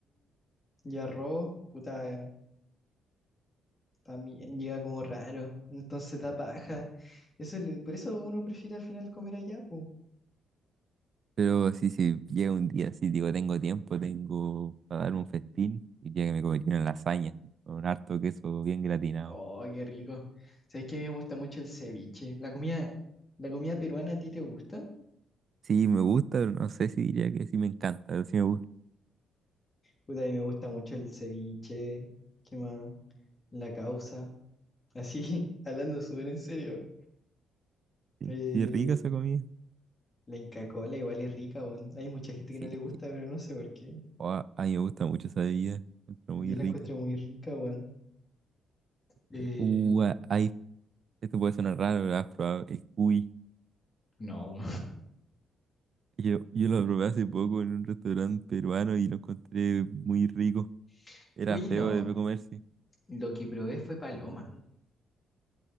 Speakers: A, on the left; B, on the right.
A: Y arroz, puta, eh, también llega como raro. Entonces da paja. Eso le- por eso uno prefiere al final comer allá, pues.
B: Pero así si llega un día así, digo, tengo tiempo, tengo para dar un festín, y ya que me comería una lasaña con harto queso bien gratinado.
A: Oh, qué rico. ¿Sabes que a mí me gusta mucho el ceviche? ¿La comida, la comida peruana a ti te gusta?
B: Sí, me gusta, pero no sé si diría que sí me encanta, pero sí me gusta.
A: Pues a mí me gusta mucho el ceviche, ¿qué más? La causa. Así, <laughs> hablando súper en serio.
B: Sí,
A: Eh,
B: sí es rica esa comida.
A: la Inca Kola igual es rica, weón. Hay mucha gente
B: Sí,
A: que no le gusta, pero no sé por qué.
B: o a, a mí me gusta mucho esa bebida, encuentro
A: Yo
B: muy rica.
A: la encuentro muy rica, weón. Eh,
B: Uh, a- hay, esto puede sonar raro, pero has probado el cuy.
A: no,
B: Yo, yo lo probé hace poco en un restaurante peruano y lo encontré muy rico.
A: <laughs>
B: Era
A: Uy,
B: feo
A: no.
B: de comerse
A: Lo que probé fue paloma.